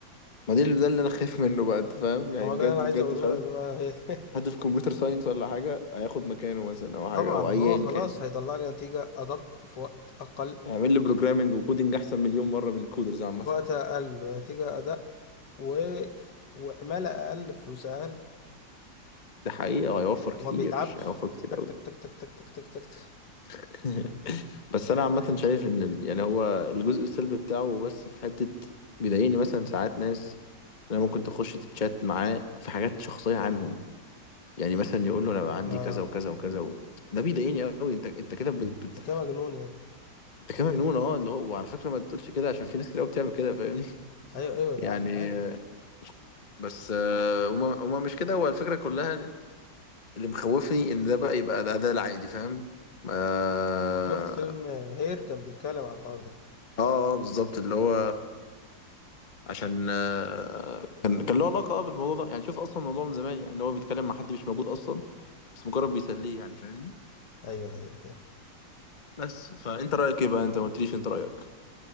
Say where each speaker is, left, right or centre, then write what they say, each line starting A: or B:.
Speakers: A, on the left; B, on the left.
A: ما ده اللي ده اللي انا خايف منه بقى انت فاهم يعني
B: ما هو
A: بجد
B: ده اللي انا عايز
A: بجد
B: اقوله
A: فعلا
B: لك بقى
A: حد
B: <laughs>
A: في كمبيوتر ساينس ولا حاجه هياخد مكانه مثلا او حاجه
B: طبعا
A: او
B: ما
A: ايا
B: هو خلاص
A: كان
B: هيطلع لي نتيجة ادق في وقت اقل
A: هيعمل لي بروجرامنج وكودنج احسن مليون مره من كودرز عامه
B: في وقت اقل ونتيجة ادق و... وعمالة اقل فلوس اقل
A: ده حقيقه وهيوفر كتير
B: وما بيتعبش
A: هيوفر كتير
B: تك
A: قوي
B: تك تك تك تك تك تك تك تك.
A: <laughs> بس
B: شغال
A: انا عامه شايف ان ال- يعني هو الجزء السلبي بتاعه بس في حته بيضايقني مثلا ساعات ناس انا ممكن تخش تتشات معاه في حاجات شخصيه عنهم يعني مثلا يقول له انا بقى عندي
B: اه
A: كذا وكذا وكذا و... ده بيضايقني قوي انت انت كده بت... بت...
B: انت كده مجنون يا ابني
A: انت كده مجنون اه اللي هو وعلى فكره ما تقولش كده عشان في ناس كتير قوي بتعمل كده فاهمني
B: ايوه
A: <laughs>
B: ايوه لا،
A: يعني
B: انا عارف
A: آه، بس آه، هما هما مش كده هو الفكره كلها اللي مخوفني ان ده بقى يبقى ده, ده العادي فاهم اه
B: شفت فيلم هير كان بيتكلم على الحوار ده
A: اه آه، بالظبط اللي هو عشان آه، كان كان له علاقه اه بالموضوع ده يعني شوف اصلا الموضوع من زمان يعني ان هو بيتكلم مع حد مش موجود اصلا بس مجرد بيسليه يعني فاهمني
B: ايوه ايوه فاهم
A: بس فانت رايك ايه بقى انت ما قلتليش انت رايك